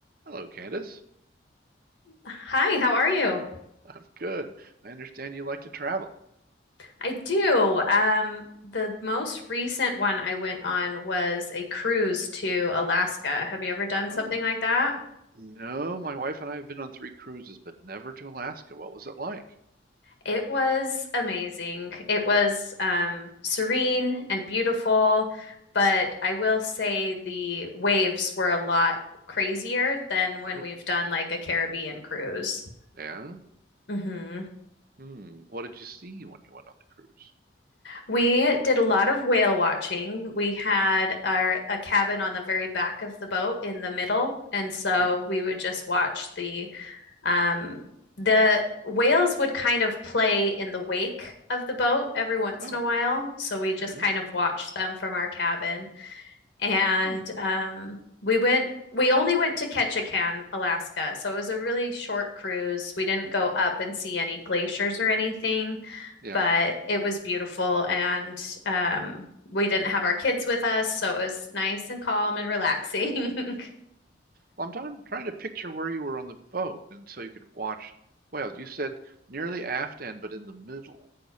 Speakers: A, on the right (about 50°); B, on the left (about 70°).
A: Hello, Candace.
B: Hi, how are you?
A: I'm good. I understand you like to travel.
B: I do. Um, the most recent one I went on was a cruise to Alaska. Have you ever done
A: Oh,
B: something like that?
A: no, my wife and I have been on three cruises, but never to Alaska. What was it like?
B: It was amazing. It was um, serene and beautiful, but I will say the waves were a lot crazier than when
A: Oh,
B: we've done like a Caribbean cruise.
A: yeah.
B: hmm
A: Hmm. What did you see when you went on the cruise?
B: We did a lot of whale watching. We had our, a cabin on the very back of the boat in the middle, and so
A: Hmm.
B: we would just watch the um, the whales would kind of play in the wake of the boat every once
A: Oh,
B: in a while. So we just
A: yeah.
B: kind of watched them from our cabin, and
A: Hmm.
B: um, we went. We only went to Ketchikan, Alaska, so it was a really short cruise. We didn't go up and see any glaciers or anything
A: Yeah.
B: but it was beautiful and um we didn't have our kids with us, so it was nice and calm and relaxing. <laughs>
A: Well, I'm trying trying to picture where you were on the boat, and so you could watch whales. You said near the aft end, but in the middle.